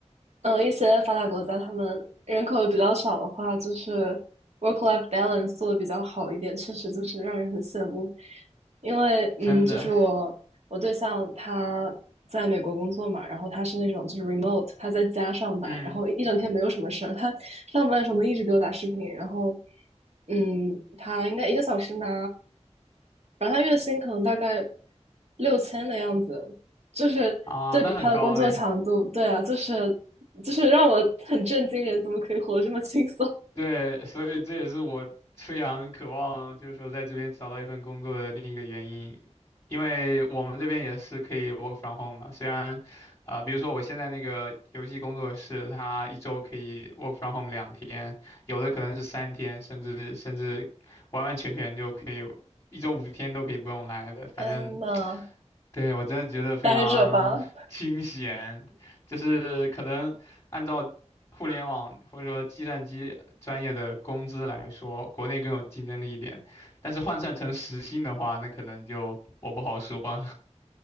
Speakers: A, on the right (about 65°); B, on the left (about 25°).
A: 呃，一些发达国家他们人口比较少的话，就是 work-life balance 做的比较好一点，确实就是让人很羡慕。因为，嗯，
B: 真的，
A: 就是我我对象他在美国工作嘛，然后他是那种就是 remote，他在家上班，
B: 嗯，
A: 然后一整天没有什么事儿，他上班的时候能一直给我打视频，然后，嗯，他应该一个小时拿。然后他月薪可能大概六千的样子，就是对比他的工作强度，
B: 啊，那很高了呀。
A: 对啊，就是就是让我很震惊，人怎么可以活得这么轻松？
B: 对，所以这也是我非常渴望，就是说在这边找到一份工作的另一个原因，因为我们这边也是可以 work from home 嘛。虽然，啊、比如说我现在那个游戏工作室，它一周可以 work from home 两天，有的可能是三天，甚至甚至完完全全就可以一周五天都可以不用来的，反正
A: 天呐，
B: 对，我真的觉得非常清闲，
A: 待着吧，
B: 就是可能按照互联网或者说计算机专业的工资来说，国内更有竞争力一点，但是换算成时薪的话，那可能就我不好说。<laughs>